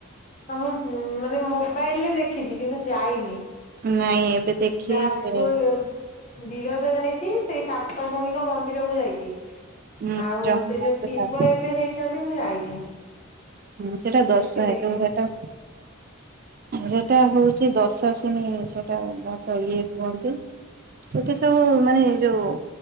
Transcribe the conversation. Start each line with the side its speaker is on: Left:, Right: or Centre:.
Left: ହଁ ମୁଁ ମାନେ ମୋବାଇଲରେ ଦେଖିଛି କିନ୍ତୁ ଯାଇନି
Right: ନାଇଁ ଏବେ ଦେଖିବେ
Left: ଯାଜପୁର
Right: ସେ
Left: ବିର ଜା ଯାଇଛି ସେଇ ସତ ଭଉଣୀଙ୍କ ମନ୍ଦିର କୁ ଯାଇଚି
Right: ହୁଁ
Left: ଆଉ
Right: ଯମ
Left: ସେ
Right: ମାଙ୍କ
Left: ଯୋଉ ଶିବ
Right: ଶାନ୍ତ
Left: ଏବେ ହେଇଛନ୍ତି ମୁଁ ଯାଇନି
Right: ହୁଁ ସେଟା ଦଶାସନି
Left: କି ଦେଖିନି
Right: ଘାଟ। ସେଟା ହଉଛି ଦଶାଶନି ସେଟା ଘାଟ ଇଏ କୁହନ୍ତି। ସେଠି ସବୁ ମାନେ ଯୋଉ